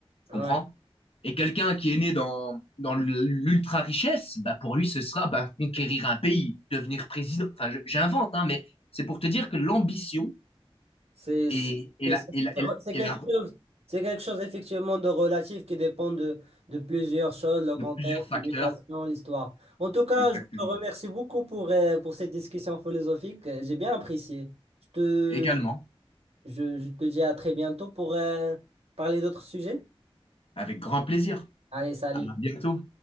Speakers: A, on the left (about 65°); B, on the right (about 80°).
A: Tu
B: Ouais.
A: comprends? Et quelqu'un qui est né dans, dans l'ultra-richesse, bah, pour lui, ce sera bah, conquérir un pays, devenir président. Enfin, je- j'invente, hein, mais c'est pour te dire que l'ambition
B: C'est
A: est,
B: c'est-
A: est la,
B: c'est-
A: est la- est la-
B: c'est quelque
A: est la-
B: chose, c'est quelque chose effectivement de relatif qui dépend de, de plusieurs choses, le contexte,
A: de plusieurs facteurs.
B: l'éducation, l'histoire. En tout cas,
A: Exactement.
B: je te remercie beaucoup pour, euh, pour cette discussion philosophique. Euh, J'ai bien apprécié. Je te,
A: Également,
B: je, je te dis à très bientôt pour euh, parler d'autres sujets.
A: avec grand plaisir.
B: Allez, salut.
A: À bientôt.